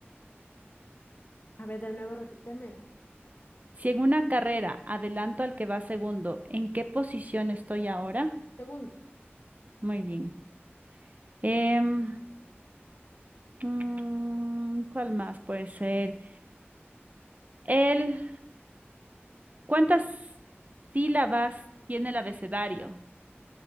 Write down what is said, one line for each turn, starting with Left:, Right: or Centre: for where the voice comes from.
Left: A ver, de nuevo, repíteme.
Right: Si en una carrera adelanto al que va segundo, ¿en qué posición estoy ahora?
Left: Segundo.
Right: Muy bien. Em, Mm, ¿cuál más puede ser? El, ¿cuántas sílabas tiene el abecedario?